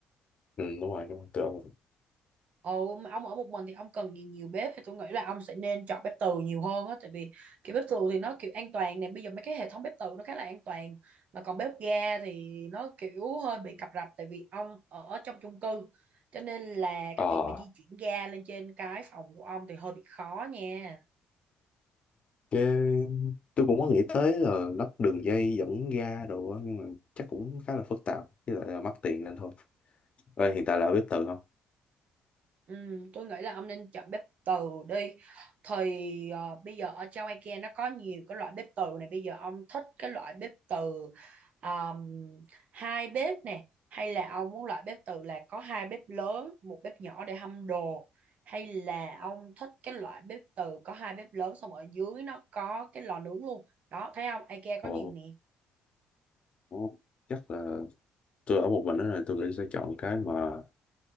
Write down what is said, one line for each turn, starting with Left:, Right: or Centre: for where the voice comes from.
Left: ừ, đúng rồi đúng rồi tôi ông
Right: Ừ, mà ông ở một mình thì ông cần gì nhiều bếp thì tôi nghĩ là ông sẽ nên chọn bếp từ nhiều hơn á tại vì kiểu bếp từ thì nó kiểu an toàn nè bây giờ mấy cái hệ thống bếp từ nó khá là an toàn mà còn bếp ga thì nó kiểu hơi bị cập rập tại vì ông ở trong chung cư cho nên là cái
Left: ờ
Right: việc mà di chuyển ga lên trên cái phòng của ông thì hơi bị khó nha
Left: cái tôi cũng có nghĩ tới là lắp đường dây dẫn ga đồ á nhưng mà chắc cũng khá là phức tạp với lại là mắc tiền nên thôi Ê, hiện tại là ở bếp từ không
Right: Ừ, tôi nghĩ là ông nên chọn bếp từ đi thì ờ, bây giờ ở trong IKEA nó có nhiều cái loại bếp từ này bây giờ ông thích cái loại bếp từ um, hai bếp nè hay là ông muốn loại bếp từ là có hai bếp lớn một bếp nhỏ để hâm đồ hay là ông thích cái loại bếp từ có hai bếp lớn xong ở dưới nó có cái lò nướng luôn đó thấy không IKEA có
Left: ồ
Right: nhiều nè
Left: ồ, chắc là tôi ở một mình đó là tôi nghĩ sẽ chọn cái mà